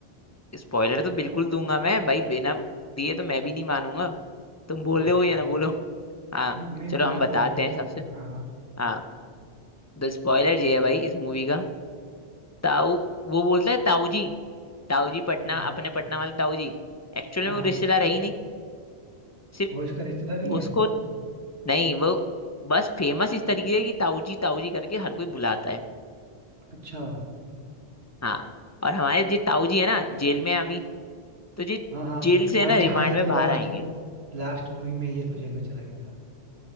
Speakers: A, on the left; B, on the right.
A: स्पॉइलर तो बिल्कुल दूंगा मैं भाई बिना दिए तो मैं भी नहीं मानूंगा तुम बोले
B: दो दो
A: हो या ना बोलो हाँ
B: हम्म, नहीं नहीं
A: चलो
B: मुझे
A: हम बताते
B: दो भाई एक्चुअली
A: हैं सबसे
B: दो हाँ हाँ
A: हाँ तो स्पॉइलर ये है भाई इस मूवी का ताऊ वो बोलता है ताऊ जी ताऊ जी पटना
B: हाँ हाँ
A: अपने पटना वाले ताऊ जी एक्चुअली
B: हाँ
A: में
B: हाँ।
A: वो रिश्तेदार है ही नहीं सिर्फ
B: वो इसका रिश्तेदार नहीं है
A: उसको नहीं वो बस फेमस इस तरीके है कि ताऊजी ताऊजी करके हर कोई बुलाता है
B: अच्छा
A: हाँ और हमारे जी ताऊजी है ना जेल में है अभी तो जी
B: हाँ हाँ
A: जेल से है ना
B: अच्छा
A: रिमांड
B: हाँ ये
A: में
B: तो
A: बाहर
B: लास्ट
A: आएंगे
B: लास्ट मूवी में ये तो जेल में चला गया था